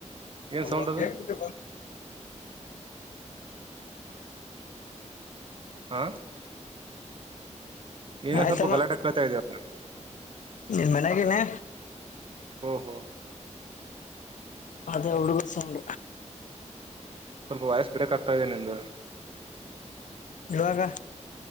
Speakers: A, on the right; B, on the left.
A: ಏನ್
B: ಒಂದ್
A: ಸೌಂಡ್ ಅದು ಹಾ ಏನೋ
B: ಆಯ್ತಮ್ಮ
A: ಸ್ವಲ್ಪ ಗಲಾಟೆ ಕೇಳ್ತಾ ಇದೆಯಲ್ಲ
B: ನಿನ್ ಮನ್ಗಿನೇ
A: ಹ್ಮ್ ಹ್ಮ್
B: ಅದ ಎಡು ಕುಸ ಉಂಡ
A: ಸ್ವಲ್ಪ ವಯಸ್ಸು ಬಿಡಕ್ ಆ್ತದೆ ನಿಮ್ದ
B: ಇವಾಗ